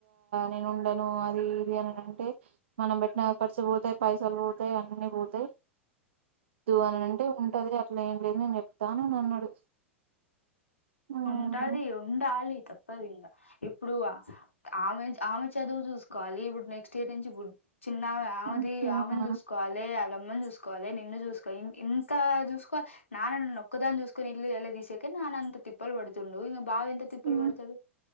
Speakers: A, on the right (about 60°); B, on the left (about 75°).
A: నేను ఉండను అది ఇది అని అంటే మనం పెట్టిన ఖర్చు పోతాయి పైసాలు పోతాయి అన్ని పోతాయి
B: ఆ
A: అని అంటే ఉంటది అట్లా ఏం లేదు నేను చెప్తాను అని అన్నాడు ఉమ్,
B: ఉంటది ఉండాలి తప్పదు ఇంకా ఇప్పుడు ఆమె ఆమె చదువు చూసుకోవాలి ఇప్పుడు నెక్స్ట్ ఇయర్ నుంచి చిన్న ఆమే ఆమెది
A: ఉమ్,
B: ఆమెని చూసుకోవాలే మమ్మని చూసుకోవాలి నిన్ను చూసుకో ఇంత చూసుకోవాలి నాన్న నన్ను ఒక్కదాని చూసుకని ఇల్లు ఎలా తీసేక అ అంత త <unintelligible> తిప్పలు పడుతుండు ఇంగ బావ ఎంత తిప్పలు
A: ఉమ్.
B: పడతడు